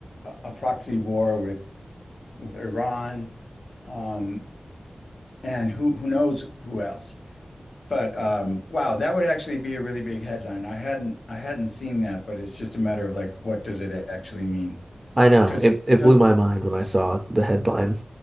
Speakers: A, on the left; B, on the right.
A: a proxy war with with Iran, um, and who who knows who else. But um, wow, that would actually be a really big headline. I hadn't I hadn't seen that, but it's just a matter of like what does it actually mean?
B: I know
A: Because
B: it it
A: does
B: blew my mind when I saw the headline.